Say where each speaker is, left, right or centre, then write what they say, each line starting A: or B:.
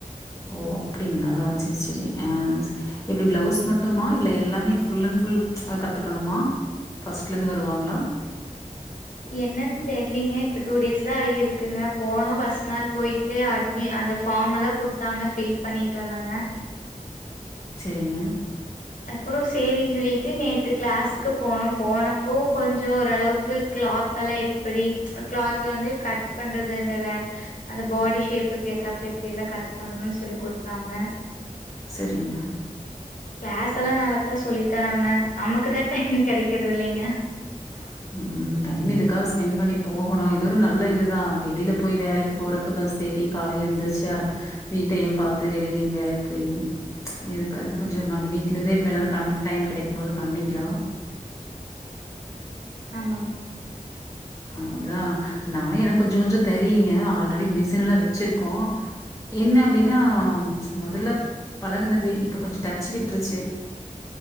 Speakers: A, on the left; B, on the left.
A: ஓ அப்டிங்களா செரி செரி அ எப்டி பிளவுஸ் மட்டுமா இல்ல எல்லாமே ஃபுல் அண்ட் ஃபுல் கத்துக்கணுமா ஃபஸ்ட்டுலருந்து வருவாங்களா
B: என்னன்னு தெர்லீங்க இப்ப டூ டேஸ் தா ஆயிருக்குங்க போனோ ஃபஸ்ட்டு நாள் போயி போய் அட்மி அந்த ஃபார்ம் எல்லா குடுத்தாங்க ஃபில் பண்ணிட்டு வந்தேங்க
A: செரிங்க
B: அப்பறோ சேரின்னு சொல்லிட்டு நேத்து கிளாஸுக்கு போனோ போனப்போ கொஞ்சோ ஓரளவுக்கு கிளாத் அதல்லா எப்டி கிளாத்ல வந்து கட் பண்றதுந்தல அந்த பாடி ஷேப்புக்கு ஏத்தாப்புல எப்டில்லா கட் பண்ணணுனு சொல்லி குடுத்தாங்க
A: செரிங்க
B: கிளாஸ் எல்லா நல்லாத்தா சொல்லி தராங்க நமக்கு தா டைம் கெடைக்கறது இல்லைங்க
A: <inaudible> ம் டைம் இதுக்காக ஸ்பெண்ட் பண்ணி போகணு இது ஒரு நல்ல இதுதா வெளில போய் வேலைக்கு போற க்கு பஸ் ஏறி காலேல எழுந்திரச்சு அர வீட்டயு பாத்து வெளிலயு வேலைக்கு போயி இதுக்கு அது கொஞ்சோ நம்ம வீட்ல இருந்தே இப்ப என்னது டைம் கெடைக்கு போது பண்ணிக்கிலா
B: ஆமாங்க
A: அதா நா எனக்கு கொஞ்ச கொஞ்ச தெரியுங்க ஆல்ரெடி மிஷின் எல்லா வச்சிருக்கோ என்ன அப்டின்னா மொதல்ல பழகுனது இப்ப கொஞ்ச டச்சு விட்டுருச்சு